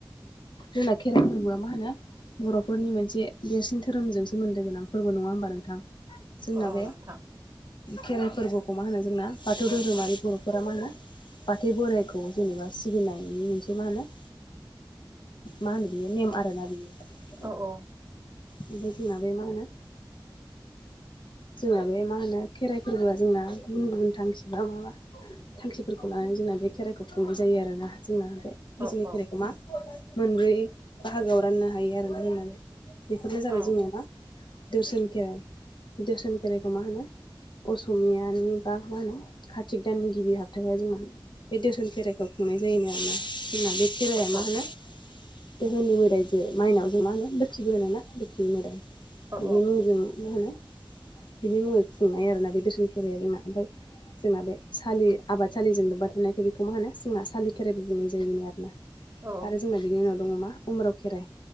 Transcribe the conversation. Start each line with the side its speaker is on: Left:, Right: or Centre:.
Left: जोंना खेराइ फोरबोआ मा होनो बर'फोरनि मोनसे देरसिन धोरोमजोंसो मोन्दों गोनां फोरबो नङा होमबा नोंथां जोंना
Right: औ औ
Left: बे
Right: नोंथां
Left: खेराइ फोरबोखौ मा होनो जोंना बाथौ धोरोमारि बर'फोरा मा होनो बाथौ बोराइखौ जेनेबा सिबिनायनि मोनसे मा होनो मा होनो बियो नेम आरोना बियो
Right: औ औ
Left: बिनिफ्राय जोंना बे मा होनो जोंना बे मा होनो खेराइ फोरबोआ जोंना गुबुन गुबुन थांखि बा माबा थांखिफोरखौ लानानै जोंना बे खेराइखौ खुंनाय जायो आरोना जोंना बे बिजिनि
Right: औ औ
Left: खेराइखौ मा मोनब्रै बाहागोआव राननो हायो आरोना जोंना बे बेफोरनो जाबाय
Right: औ
Left: जोंनिया मा दोर्सोन खेराइ दोर्सोन खेराइखौ मा होनो असमियानि बा मा होनो कार्तिक दाननि गिबि हाबथाया जोंना बे दोर्सोन खेराइ खौ खुंनाय जायोनो आरोना जोंना बे खेराया मा
Right: औ
Left: होनो दोहोनि मोदायजों माइनाव जों मा होनो लोखिबो होनो ना लोखि मोदाय
Right: औ
Left: बिनि मुं जों मा होनो बिनि मुङै खुंनाय आरोना बे दोसन खेराया जोंना ओमफाय जोंना बे सालि आबाद सालिजों लोबबा थानायखाय बेखौ मा होनो जोंना सालि खेराइबो बुंनाय जायोनो आरोना
Right: औ
Left: आरो जोंना बिनि उनाव दङ मा उमराव खेराइ